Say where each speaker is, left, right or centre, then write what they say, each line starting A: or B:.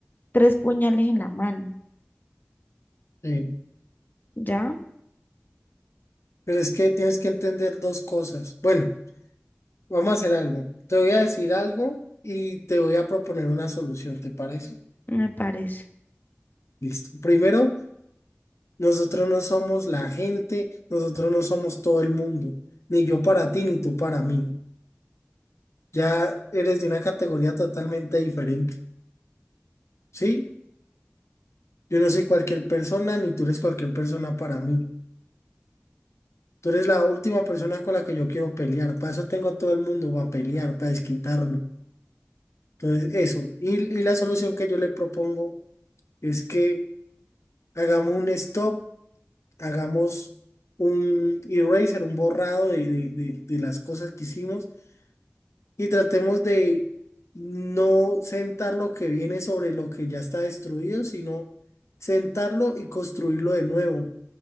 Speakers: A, on the left; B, on the left.
A: tres puñales en la mano,
B: sí.
A: ¿ya?
B: Pero es que tienes que entender dos cosas. Bueno, vamos a hacer algo. Te voy a decir algo y te voy a proponer una solución, ¿te parece?
A: Me parece,
B: Listo. Primero, nosotros no somos la gente, nosotros no somos todo el mundo, ni yo para ti, ni tú para mí. Ya eres de una categoría totalmente diferente, ¿sí? Yo no soy cualquier persona, ni tú eres cualquier persona para mí. Tú eres la última persona con la que yo quiero pelear. Para eso tengo a todo el mundo para pelear, para desquitarme. Entonces, eso. Y, y la solución que yo le propongo es que hagamos un stop, hagamos un eraser, un borrado de, de- de- de las cosas que hicimos y tratemos de no sentar lo que viene sobre lo que ya está destruido, sino sentarlo y construirlo de nuevo,